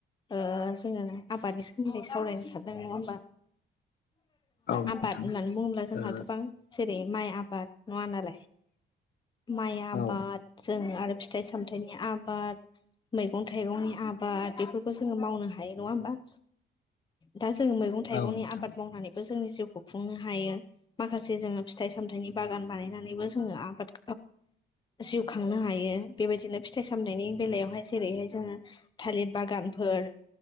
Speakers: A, on the left; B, on the left.
A: ओ जोङो आबादनि सोमोन्दै सावरायनो सानदों नङा होमबा?
B: औ नोंथां
A: आबाद होननानै बुङोब्ला जोंहा
B: ओ
A: गोबां जेरै माइ आबाद नङा नालाय माइ आबाद
B: औ
A: जों आरो फिथाइ सामथायनि आबाद मैगं थाइगंनि आबाद बेफोरखौ जोङो मावनो हायो। नङा होमबा? दा जोङो मैगं थाइगंनि
B: औ नोंथां
A: आबाद मावनानैबो जोंनि जिउखौ खुंनो हायो। माखासे जोङो फिथाइ सामथायाइनि बागान बानायनानैबो जोङो आबाद जिउ खांनो हायो। बेबायदिनो फिथाइ सामनायनि बेलायावहाय जेरैहाय जोङो थालिर बागानफोर